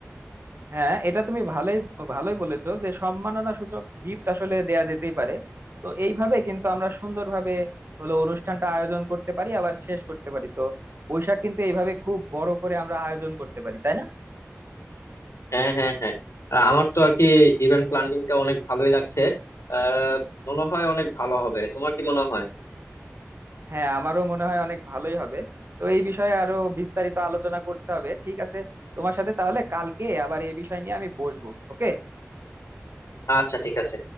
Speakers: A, on the right; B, on the left.
A: হ্যাঁ এটা তুমি ভালোই ভালোই বলেছো যে সম্মাননা সূচক গিফট আসলে দেয়া যেতেই পারে তো এইভাবে কিন্তু আমরা সুন্দরভাবে হলো অনুষ্ঠানটা আয়োজন করতে পারি আবার শেষ করতে পারি তো বৈশাখ কিন্তু এইভাবে খুব বড় করে আমরা আয়োজন করতে পারি তাই না
B: হ্যাঁ হ্যাঁ হ্যাঁ আহ, আমার তো আর কি ইভেন্ট প্ল্যানিংটা অনেক ভালোই লাগছে আহ মনে হয় অনেক ভালো হবে তোমার কি মনে হয়
A: হ্যাঁ আমারও মনে হয় অনেক ভালোই হবে তো এই বিষয়ে আরো বিস্তারিত আলোচনা করতে হবে ঠিক আছে তোমার সাথে তাহলে কালকে আবার এই বিষয় নিয়ে আমি বসবো ওকে
B: আচ্ছা ঠিক আছে